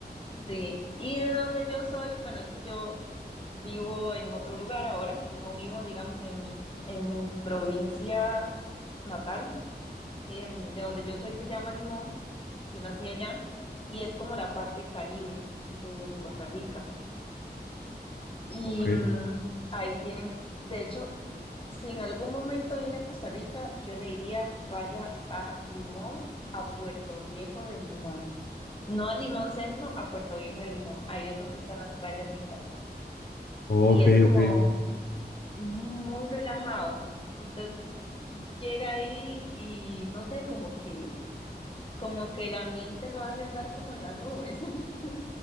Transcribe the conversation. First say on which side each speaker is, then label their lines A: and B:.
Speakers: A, on the left; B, on the left.
A: Sí. Y de donde yo soy, bueno, es que yo vivo en otro lugar ahora. No vivo, digamos, en mi, en mi provincia natal. Em, de donde yo soy se llama Limón. Yo nací allá. Y es como la parte Caribe de Costa Rica. Y
B: Ok,
A: mm, ahí tienen, de hecho, si en algún momento viene a Costa Rica, yo le diría vaya a Limón, a Puerto Viejo de Limón. No a Limón Centro, a Puerto Viejo de Limón. Ahí es donde están las playas lindas.
B: ok,
A: Y es como
B: ok.
A: muy relajado. Usted llega ahí y no sé, como que, como que el ambiente lo hace andar como en las nubes. <laughs>